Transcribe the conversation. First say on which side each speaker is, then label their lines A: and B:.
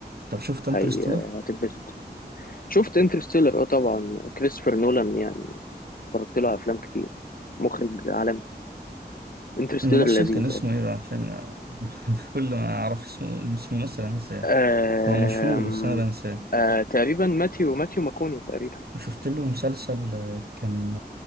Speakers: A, on the right; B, on the left.
A: طب شفت انترستيلر
B: هي آه، هتتبسط شفت انترستيلر اه طبعا كريستوفر نولان يعني اتفرجت له على افلام كتير مخرج عالمي انترستيلر
A: الممثل
B: لذيذ
A: كان اسمه
B: اه
A: ايه بقى عشان <laughs> كل ما اعرف اسمه اسم الممثل انساه
B: آم،
A: هو مشهور بس انا بنساه
B: آه، تقريبا ماتيو ماتيو ماكوني تقريبا
A: شفت له مسلسل آه، كان